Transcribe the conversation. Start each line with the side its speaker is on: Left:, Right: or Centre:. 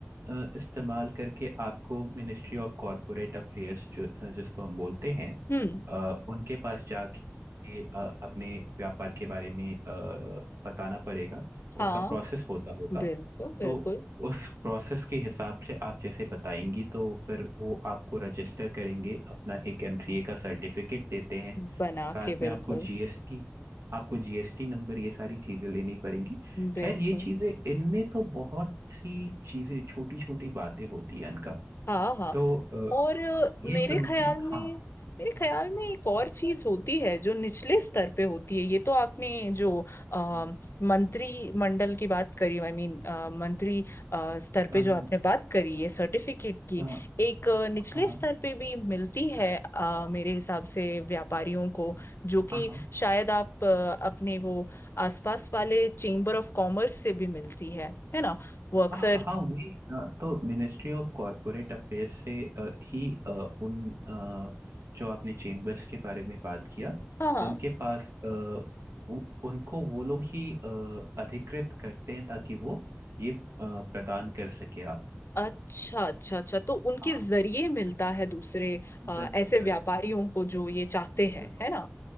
Right: अ, इस्तेमाल करके आपको मिनिस्ट्री ऑफ कॉरपोरेट अफेयर्स जो अ, जिसको हम बोलते हैं
Left: हम्म
Right: अ, उनके पास जाके अ, अपने व्यापार के बारे में अ, बताना पड़ेगा उनका
Left: हाँ
Right: प्रोसेस होता होगा
Left: बिल्कुल बिल्कुल
Right: तो उस प्रोसेस के हिसाब से आप जैसे बताएंगी तो फिर वो आपको रजिस्टर करेंगे अपना एक एमसीए का सर्टिफिकेट देते हैं
Left: बना
Right: साथ
Left: के
Right: में
Left: बिल्कुल
Right: आपको जीएसटी आपको जीएसटी नंबर ये सारी चीज़ें लेनी पड़ेंगी
Left: बिल्कुल
Right: खैर ये चीजें इनमें तो बहुत सी चीजें छोटी छोटी बातें होती हैं इनका
Left: हाँ हाँ
Right: तो अ,
Left: और अ,
Right: ये
Left: मेरे
Right: समझने
Left: ख्याल में
Right: हाँ
Left: मेरे ख्याल में एक और चीज होती है जो निचले स्तर पे होती है ये तो आपने जो आ,
Right: हाँ
Left: मंत्री मंडल की बात करी आई मीन मंत्री अ, स्तर
Right: अम,
Left: पे जो आपने बात करी है सर्टिफिकेट की
Right: अ,
Left: एक अ, निचले
Right: हाँ हाँ
Left: स्तर पे भी मिलती है अ, मेरे हिसाब से व्यापारियों को जो
Right: हाँ
Left: कि
Right: हाँ
Left: शायद आप अ, अपने वो आसपास वाले चेंबर ऑफ कॉमर्स से भी मिलती है है ना वो
Right: हाँ
Left: अक्सर
Right: हाँ, वही अ, तो मिनिस्ट्री ऑफ कॉरपोरेट अफेयर्स से अ, ही अ, उन अ, जो आपने चेम्बर्स के बारे में बात किया
Left: हाँ हाँ
Right: उनके पास अ, उ- उनको वो लोग ही अ, अधिकृत करते हैं ताकि वो ये अ, प्रदान कर सके आपको
Left: अच्छा अच्छा अच्छा तो उनके
Right: हाँ
Left: जरिए मिलता है दूसरे अ,
Right: बिल्कुल
Left: ऐसे
Right: बिल्कुल
Left: व्यापारियों को जो ये चाहते हैं
Right: बिल्कुल
Left: है ना